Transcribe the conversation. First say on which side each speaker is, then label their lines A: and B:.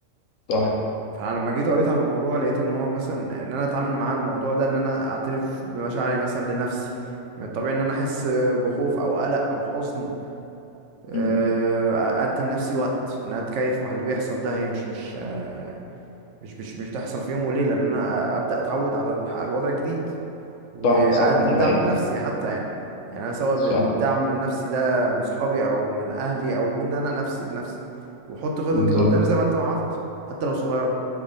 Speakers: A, on the left; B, on the right.
A: صح
B: فانا لما جيت قريت عن الموضوع لقيت ان هو مثلا ان انا اتعامل مع الموضوع ده ان انا اعترف بمشاعري مثلا لنفسي من الطبيعي ان انا احس بخوف او قلق او حزن آه،
A: مم.
B: ادي لنفسي وقت ان انا اتكيف مع اللي بيحصل ده هي مش مش آه، مش مش مش تحصل في يوم وليله ان انا ابدا اتعود على الح- الوضع الجديد واقدم
A: صح صح دي
B: دعم
A: حقيقة
B: نفسي حتى يعني يعني انا سواء
A: صح
B: ب- بالدعم النفسي ده من صحابي او من اهلي او من انا نفسي لنفسي واحط خطط
A: بالظبط
B: لقدام زي ما انت ما عملت حتى لو صغيره